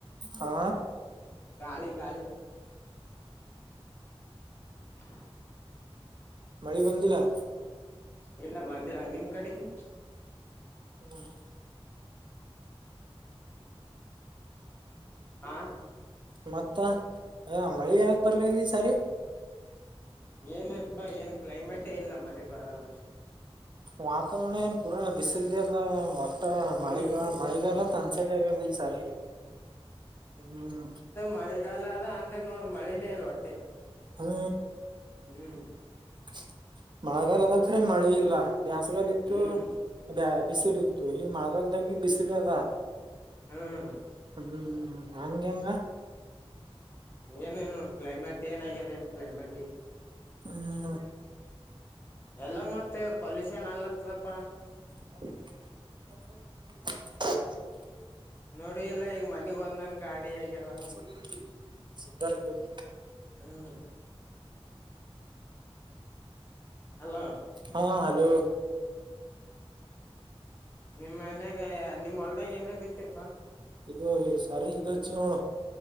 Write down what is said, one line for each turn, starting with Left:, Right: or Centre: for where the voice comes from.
Right: ಹಾ
Left: ಗಾಳಿ ಗಾಳಿ ಹ
Right: ಮಳಿ ಬಂದಿಲ್ಲಾ.
Left: ಇಲ್ಲ ಬಂದಿಲಾ ನಿಮ್ ಕಡೆಗೆ
Right: ಹ್ಮ ಹ
Left: ಹಾ
Right: ಮತ್ತ ಮಳಿ ಯಾಕ ಬರ್ಲಿಲ್ಲ ಈ ಸಾರಿ
Left: ಏನನ್ಪ ಏನ್ ಕ್ಲೈಮೇಟೇ ಇಲ್ಲ ಮಳಿ ಬರಲ್ಲ.
Right: ವಾತಾವರಣ ಏನ್ ಪೂರಾ ಬಿಸಿಲದದ ವಟ್ಟ
Left: ಹ್ಮ್
Right: ಮಳೆಗ ಮಳೆಗಾಲಂತ ತನ್ಸಾಲೆ ವಯ್ಸುಗಲಿ ಹ್ಮ್
Left: ಮಳೆಗಾಲದ ಅಂತ ನೋಡಿ ಮಳಿನೇ... ಇಲ್ ಒಟ್ಟೆ
Right: ಅದ
Left: ಹ್ಮ್
Right: <inaudible> ಮಳೆಗಾಲ ಅದಕ್ರೆ ಮಳೆ ಇಲ್ಲ ದ್ಯಾಸಗಾಲ ಇತ್ತು.
Left: ಹ್ಮ್
Right: ಅದೇ ಬಿಸಿಲಿ ಇತ್ತು ಈ ಮಗಲ್ದಾಗ ಬಿಸಿಲು ಅದ.
Left: ಹ್ಮ್
Right: ಹ್ಮ್ ಹಗೆಂಗ.
Left: ಏನೇನು ಕ್ಲೈಮೆಟ್ ಏನಾಗದೇನು ಕ್ಲೈಮೆಟ್.
Right: ಹ್ಮ್
Left: ಎಲ್ಲ ಮತ್ತೆ ಪೊಲ್ಯೂಷನ್ ಅಲತ್ದಪ್ಪ.
Right: <inaudible>
Left: ನೋಡಿ ಇಲ್ಲ ಈಗ ಮನಗ್ ಒಂದನ್ ಗಾಡಿ ಆಗ್ಯಾವ.
Right: ಬರಿ... ಸಿದ್ದಾರ್ಪುರ್.
Left: ಹ್ಮ... ಹಲೋ
Right: ಹಾ ಹಲೋ...
Left: ನಿಮ್ಮ್ ಮನ್ಯಾಗ ನಿಮ್ಮ ಹೊಲ್ಗ ಏನೇ ಬಿತ್ತತಿರಪಾ...
Right: ಇದು ಈ ಸರಿ ಇದು ಹಚ್ಚಿ ನೋ